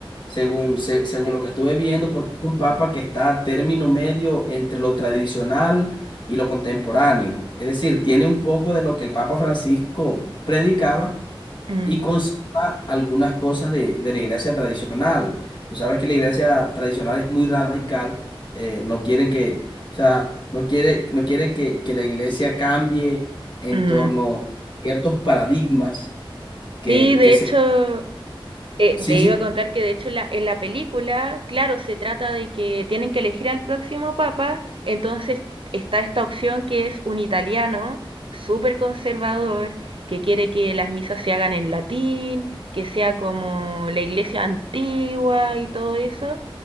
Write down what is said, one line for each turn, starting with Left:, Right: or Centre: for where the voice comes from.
Left: según, se- según lo que estuve viendo, porque es un papa que está a término medio entre lo tradicional y lo contemporáneo. Es decir, tiene un poco de lo que el Papa Francisco predicaba
Right: mm,
Left: y conserva algunas cosas de, de la iglesia tradicional. Tú sabes que la iglesia tradicional es muy radical, eh, no quieren que, o sea, no quiere, no quiere que, que la iglesia cambie en
Right: mm.
Left: torno a ciertos paradigmas que,
Right: Sí, de
Left: que se...
Right: hecho. Eh,
Left: Sí,
Right: te
Left: sí.
Right: iba a contar que de hecho en la, en la película, claro, se trata de que tienen que elegir al próximo papa, entonces está esta opción que es un italiano súper conservador, que quiere que las misas se hagan en latín, que sea como la iglesia antigua y todo eso.